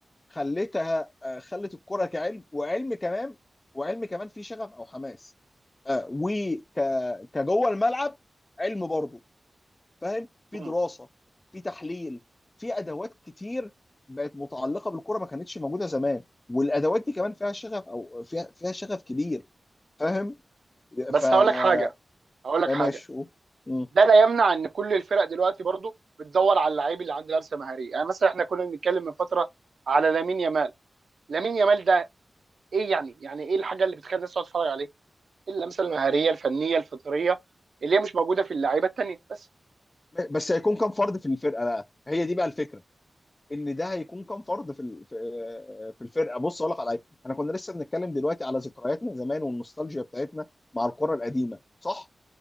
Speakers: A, on the left; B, on the right.
A: خلتها آه، خلت الكرة كعلم وعلم كمان وعلم كمان فيه شغف او حماس آه، وك كجوه الملعب علم برضه فاهم في
B: مم.
A: دراسه في تحليل في ادوات كتير بقت متعلقه بالكره ما كانتش موجوده زمان والادوات دي كمان فيها شغف او فيها فيها شغف كبير فاهم
B: بس
A: ف آه،
B: هقول لك حاجه هقول لك حاجه
A: ماشي أوه. مم.
B: ده لا يمنع ان كل الفرق دلوقتي برضه بتدور على اللعيب اللي عنده لمسه مهاريه يعني مثلا احنا كنا بنتكلم من فتره على لامين يامال لامين يامال ده ايه يعني يعني ايه الحاجه اللي بتخلي الناس تقعد تتفرج عليه إيه اللمسه المهاريه الفنيه الفطريه اللي هي مش موجوده في اللعيبه التانيه بس
A: بس هيكون كام فرد في الفرقه بقى هي دي بقى الفكره ان ده هيكون كام فرد في ال- في في الفرقه بص اقول لك على حاجه احنا كنا لسه بنتكلم دلوقتي على ذكرياتنا زمان والنوستالجيا بتاعتنا مع الكره القديمه صح